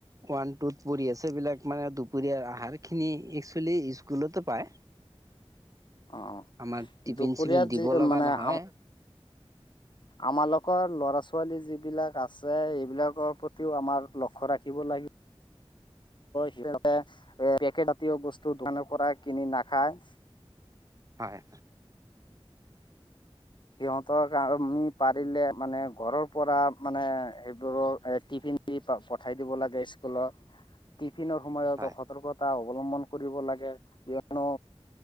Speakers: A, on the right (about 35°); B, on the left (about 50°).
A: ওৱান টুত পঢ়ি আছে, এইবলাক মানে দুপ দুপৰীয়াৰ আহাৰ খিনি একচুৱেলি ইস্কুলতে পায়।
B: অঁ অঁ
A: আমাৰ
B: দুপৰীয়াত
A: টিফিন চিফিন দিব
B: যি
A: লগা
B: মানে
A: নহয়।
B: আম আমালোকৰ লৰা ছোৱালী যিবিলাক আছে সেইবিলাকৰ প্ৰতিও আমাৰ লক্ষ্য ৰাখিব লাগিব। <inaudible> সিহঁতে পেকেট জাতীয় বস্তু দোকানৰ পৰা কিনি নাখায়।
A: হয়।
B: সিহঁতক আমি পাৰিলে মানে ঘৰৰ পৰা মানে সেইবোৰৰ এ টিফিন দি পঠাই দিব লাগে ইস্কুলত, টিফিনৰ সময়তো
A: হয়।
B: সতৰ্কত টা অৱলম্বন কৰিব লাগে, কিয়নো